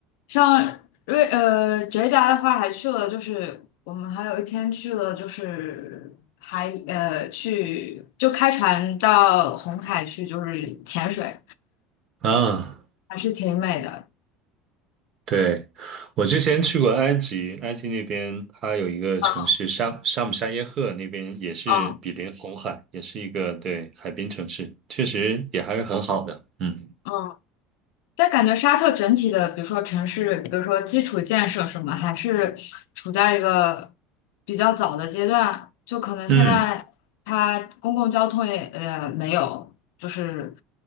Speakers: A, on the left (about 80°); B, on the right (about 45°).
A: 像瑞呃吉达的话，还去了，就是我们还有一天去了，就是还呃去就开船到红海去，就是潜水，
B: 啊，
A: 还是挺美的。
B: 对，我之前去过埃及，埃及那边它有一个城市沙沙姆沙耶赫，
A: 嗯
B: 那边也是比邻红海，
A: 嗯
B: 也是一个对海滨城市，确实也还是很好的。嗯
A: 嗯。但感觉沙特整体的，比如说城市，比如说基础建设什么，还是处在一个比较早的阶段。就可能现在它公共交通也呃没有，
B: 嗯
A: 就是